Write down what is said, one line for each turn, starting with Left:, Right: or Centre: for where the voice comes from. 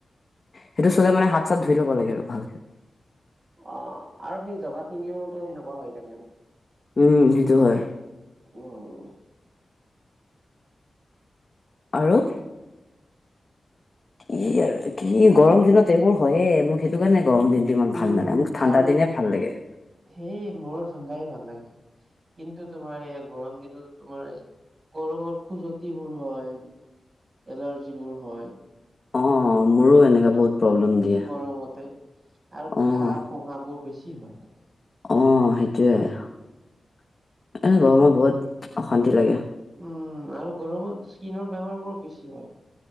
Left: সেইটো চুলে মানে হাত চাত ধুই ল'ব লাগে আৰু ভালকে।
Right: অহ আৰু সেই জগা খিনিও তো সেনেকুৱা হৈ থাকে।
Left: উম সেইটো হয়।
Right: উম
Left: আৰু, <unintelligible> এ গৰম
Right: আৰু
Left: দিনত এইবোৰ হয়য়ে, মোক সেইটো কাৰণে গৰম দিনটো ইমান
Right: উম,
Left: ভাল নালাগে, মোক ঠাণ্ডা
Right: আৰু
Left: দিনে ভাল লাগে।
Right: সেই মোৰো ঠাণ্ডাই ভাল লাগে, কিন্তু তোমাৰ এই গৰম দিনত তোমাৰ, গৰমৰ খুজতি বোৰ হয়, এলাৰ্জিবোৰ হয়।
Left: অ মোৰো এনেকা বহুত, প্ৰব্লেম দিয়ে
Right: গৰমতে আৰু
Left: অ',
Right: ঘাঁ ফূহা বোৰ বেছি হয় তাতে।
Left: অঁ সেইটোৱে এনে গৰমত বহুত অশান্তি লাগে।
Right: উম' আৰু গৰমত স্কিনৰ বেমাৰ বোৰো বেছি হয়।